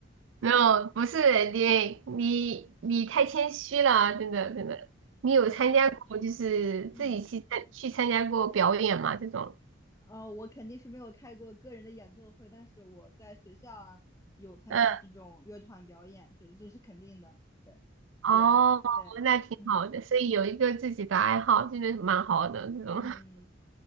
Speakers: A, on the right; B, on the left.
A: 没有，不是你你你太谦虚了，真的真的。你有参加过就是自己去参去参加过表演吗？
B: <laughs> 没有，嗯，
A: 这种？
B: 呃，我肯定是没有开过个人的演奏会，但是我在学校啊有参加这种乐团表演，
A: 嗯，
B: 这这是肯定的，对，器乐团，
A: 哦，
B: 对，
A: 那挺好的，
B: 嗯
A: 所以有一个自己的爱好，真的蛮好的这种。
B: 嗯。